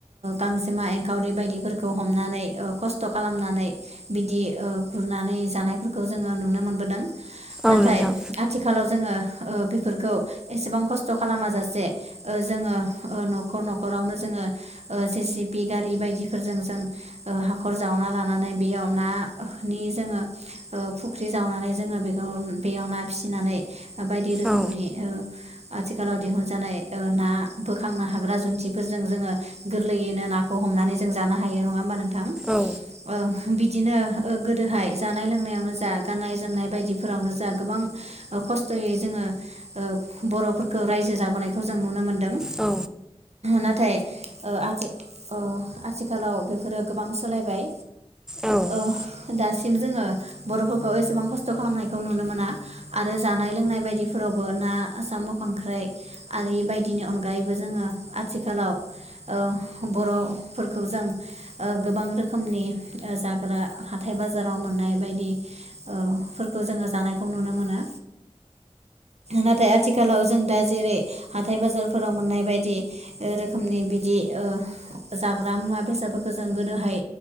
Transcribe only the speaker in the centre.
औ
नोंथां
औ
औ
औ
औ